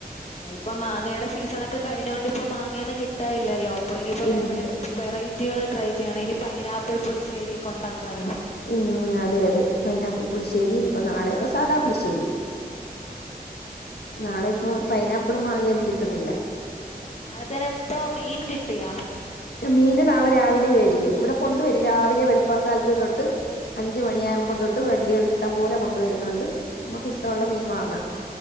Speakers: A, on the left; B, on the left.
A: ആഹ് ഇപ്പൊ മാങ്ങയുടെ സീസണൊക്കെ കഴിഞ്ഞൊണ്ട് ഇപ്പൊ മാങ്ങയൊന്നും കിട്ടാനില്ലല്ലോ അപ്പൊ ഇനിയിപ്പോ
B: ഇല്ല
A: വേറെ വെറൈറ്റികൾ ട്രൈ ചെയ്യണം. ഇനി പൈനാപ്പിൾ പുളിശേരി ഒക്കെ ഉണ്ടാക്കാല്ലോ
B: മം അതെ അതെ പൈനപ്പിൾ പുളിശ്ശേരി ഇതിപ്പോ നാളെ ഇപ്പോ സാദാ പുളിശ്ശേരി
A: ആഹ്
B: നാളെ ഇപ്പോ പൈനാപ്പിളും മാങ്ങയൊന്നും കിട്ടുന്നില്ല.
A: നാളെ തന്നെ ഇപ്പൊ മീൻ കിട്ടിയാ
B: മീന് നാളെ രാവിലെ മേടിക്കും. ഇവിടെ കൊണ്ടുവരും രാവിലെ വെളുപ്പാൻ കാലത്ത് തൊട്ട് അഞ്ചുമണിയകുമ്പോ തൊട്ട് വണ്ടികൾ ഇഷ്ടം പോലെ കൊണ്ടുവരുന്നുണ്ട് നമുക്ക് ഇഷ്ടമുള്ള മീൻ വാങ്ങാൻ